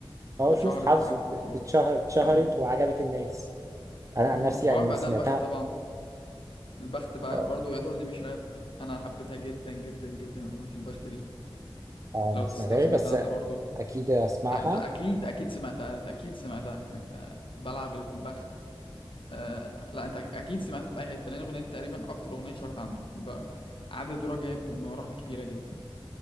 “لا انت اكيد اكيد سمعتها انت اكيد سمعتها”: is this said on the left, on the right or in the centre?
Left